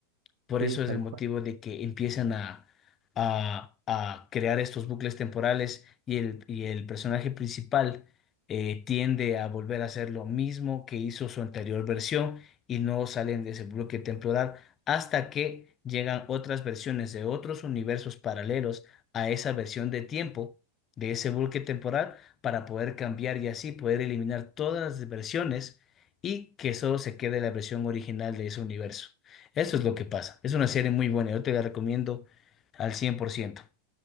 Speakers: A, on the left; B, on the right.
A: Por
B: Sí,
A: eso
B: tal
A: es el motivo
B: cual.
A: de que empiezan a, a- a crear estos bucles temporales y el, y el personaje principal eh, tiende a volver a hacer lo mismo que hizo su anterior versión y no salen de ese bloque temporal hasta que llegan otras versiones de otros universos paralelos a esa versión de tiempo de ese bloque temporal para poder cambiar y así poder eliminar todas las versiones y que solo se quede la versión original de ese universo. Eso es lo que pasa. Es una serie muy buena. Yo te la recomiendo al 100%.